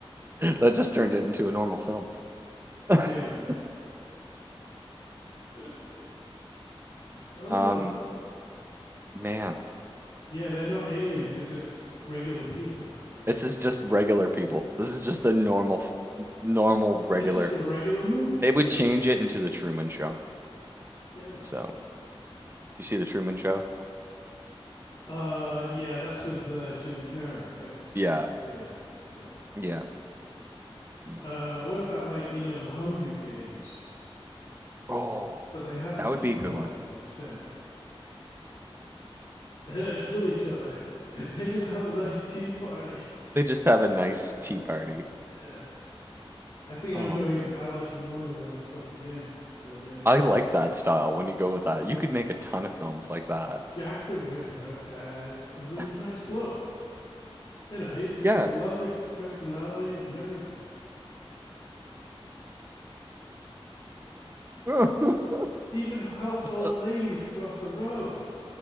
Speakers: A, on the right; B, on the left.
A: That just turned it into a normal film.
B: Anyway,
A: <laughs>
B: <laughs> uh,
A: Um, man,
B: yeah, they're not aliens. They're just regular people.
A: this is just regular people. This is just a normal f- normal regular.
B: It's just a regular movie.
A: It would change it into the Truman Show.
B: Yeah.
A: So, you see the Truman Show?
B: Uh, yeah, that's with uh, Jim Carrey, right?
A: Yeah.
B: Yeah, yeah.
A: Yeah. No,
B: Uh,
A: that would
B: what
A: be
B: about like you know the Hunger Games,
A: Oh,
B: but they have
A: that
B: a tea
A: would be
B: party
A: a good one.
B: instead. <laughs> They don't kill each other. <laughs> They just have a nice tea party. <laughs>
A: They just have a nice tea party.
B: Yeah. I think
A: Oh
B: I'm going
A: man.
B: into Alice in Wonderland stuff again. But yeah,
A: I like that style when you go with that. You could make a ton of films like that.
B: Jack the Ripper as a really
A: <laughs>
B: nice bloke you know, he, he
A: yeah.
B: was a lovely personality and everything. <laughs>
A: <laughs>
B: Even helps old
A: Uh,
B: ladies cross the road,